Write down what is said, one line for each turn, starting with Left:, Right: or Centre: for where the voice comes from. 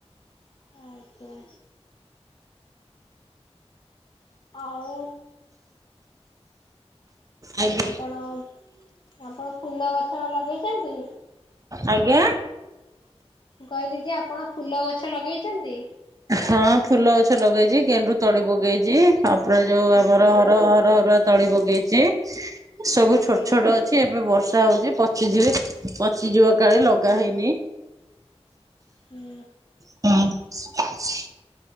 Left: ଆଜ୍ଞା। ଆଉ।
Right: ଆଜ୍ଞା
Left: ଆପଣ ଆପଣ ଫୁଲ ଗଛ ଲଗେଇଛନ୍ତି?
Right: ଆଜ୍ଞା।
Left: କହିଲି ଯେ ଆପଣ ଫୁଲ ଗଛ ଲଗେଇଛନ୍ତି?
Right: ହଁ ଫୁଲ ଗଛ ଲଗେଇଛି ଗେଣ୍ଡୁ ତଳି ପକେଇଛି। ତାପରୋ ଯୋଉ ଆମର
Left: ଆଜ୍ଞା
Right: ହର ହର ହରୁଆ ତଳି ପଗେଇଛି। ସବୁ
Left: ଆଜ୍ଞା
Right: ଛୋଟ ଛୋଟ ଚି ଏବେ ବର୍ଷା ହଉଛି ପଚିଯିବେ। ପଚିଯିବ କାଳେ ଲଗା
Left: ଆଜ୍ଞା
Right: ହେଇନି।
Left: ହୁଁ
Right: <inaudible>